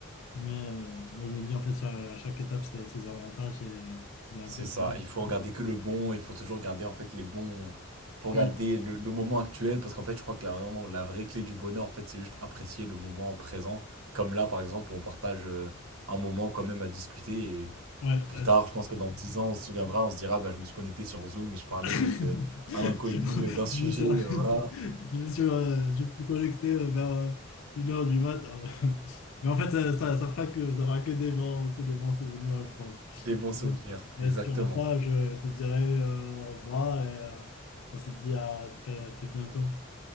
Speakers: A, on the left; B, on the right.
A: Mais, euh, mais je me dis, en fait, à, à chaque étape, c'est ses avantages et euh, ses inconvénients.
B: C'est ça, il faut en garder que le bon, il faut toujours garder en fait les bons... faut regarder
A: Oui,
B: le, le moment actuel, parce qu'en fait, je crois que la, vraiment, la vraie clé du bonheur, en fait, c'est juste apprécier le moment présent. Comme là, par exemple, on partage euh, un moment quand même à discuter, et
A: ouais,
B: plus tard, je pense que dans 10 ans, on se souviendra, on se dira, bah, je me suis connecté sur Zoom et je parlais
A: <laughs>
B: avec euh,
A: Je
B: un inconnu euh, d'un sujet,
A: me suis, <laughs>
B: euh, voilà,
A: je me suis, euh, je me suis connecté euh, vers euh, une heure du matin. <laughs> Mais en fait, ça, ça, ça fera que, ça fera que des vents, que des vents c'est souvenirs, je pense.
B: des bons souvenirs,
A: Mais, mais
B: exactement.
A: si on va pas, je, je te dirai euh, au revoir et euh, on se dit à très, à très bientôt.